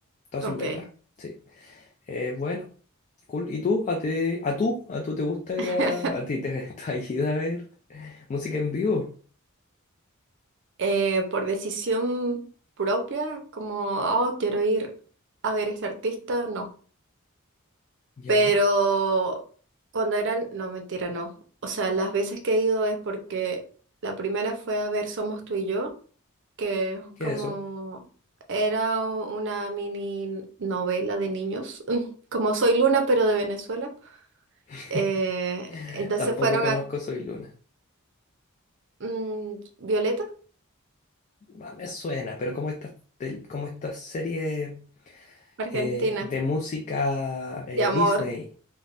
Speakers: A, on the left; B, on the right.
A: todas
B: Ok.
A: sus letras. Sí. Eh, bueno, cool. ¿Y tú? ¿A ti, a tú? ¿A tú te gusta ir
B: <laughs>
A: a... a ti te <laughs> te has ido a ver música en vivo?
B: Eh, por decisión propia, como, oh, quiero ir a ver a este artista, no.
A: Ya.
B: Pero cuando eran, no, mentira, no. O sea, las veces que he ido es porque la primera fue a ver Somos tú y yo. que
A: ¿Qué
B: como
A: es eso?
B: era una mini novela de niños, <laughs> como Soy Luna, pero de Venezuela.
A: <laughs>
B: Eh, entonces
A: Tampoco
B: fueron
A: conozco
B: a
A: Soy Luna.
B: mm, Violeta,
A: Ah, Me suena, pero como estas tel- como esta serie
B: Argentina,
A: eh, de música eh,
B: de amor,
A: Disney.